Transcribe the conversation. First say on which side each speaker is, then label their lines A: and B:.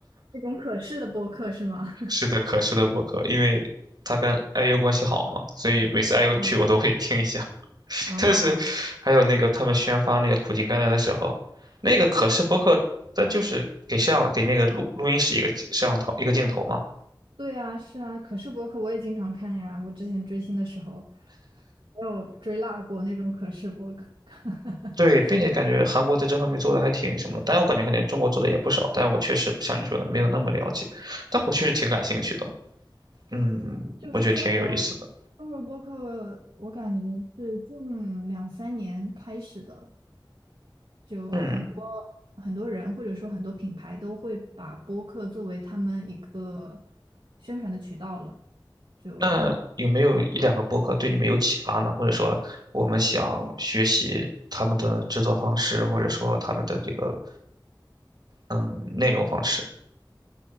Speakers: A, on the right; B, on the right.
A: 那种可视的播客是吗？
B: 是的，可是的播客，因为他跟 IU 关系好嘛，所以每次 IU
A: 啊，
B: 去我都会听一下。<laughs>
A: 啊，
B: 但是还有那个他们宣发那个苦尽甘来的时候，那个可视播客，它就是给摄像给那个录录音室一个摄像头一个镜头嘛，
A: 对啊，是啊，可视博客我也经常看呀。我之前追星的时候，我有追辣过那种可视博客。<laughs>
B: 对，并且感觉韩国在这方面做的还挺什么的，但我感觉肯定中国做的也不少，但我确实像你说的没有那么了解，但我确实挺感兴趣的，嗯，
A: 就是中国中国博客，
B: 我觉得挺有意思的，
A: 我感觉是近两三年开始的，就很多
B: 嗯，
A: 很多人或者说很多品牌都会把播客作为他们一个宣传的渠道了。就
B: 那有没有一两个播客对你们有启发呢？或者说我们想学习他们的制作方式，或者说他们的这个嗯内容方式？